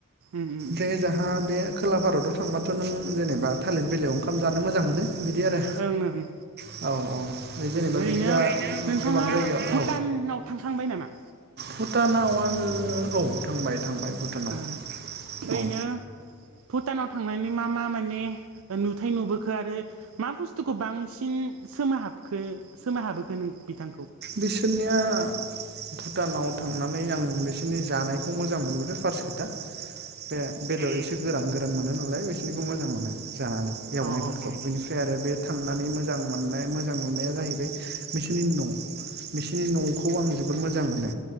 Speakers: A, on the right (about 65°); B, on the right (about 50°).
A: उम उम
B: जै जोंहा बे खोला भारताव थांबाथ' नों जेनेबा थालिर बिलाइयाव ओंखाम जानो मोजां मोनो। बिदि आरो
A: ओं ओं
B: औ औ बे जेनेबा
A: ओरैनो
B: बेखिजा
A: नोंथाङा
B: गोबां जायगायाव
A: भुटानाव
B: औ
A: थांखांबाय नामा?
B: भुटानाव आं औ थांबाय। थांबाय भुटानाव
A: ओं
B: औ
A: ओरैनो
B: ओ
A: भुटानाव। थांनानै मा मा माने नुथाय नुबोखो? आरो मा बुस्थुखौ बांसिन सोमोहाब हाबखो सोमाहाबबोखो नों बिथांखौ
B: बिसोरनिया भुटानाव थांनानै आं बिसोरनि जानायखौ मोजां मोनोबोदों फार्स्ट खोथा। बे बेदर एसे गोरान गोरान मोनो नालाय बिसोरनिखौ मोजां मोनो। जानानै एवनायफोरखौ
A: ओ ओ अ
B: बिनिफ्राय आरो बे थांनानै मोजां मोननाय मोजां नुनाया जाहैबाय बिसोरनि न'। बिसिनि न'खौ आं जोबोर मोजां मोनो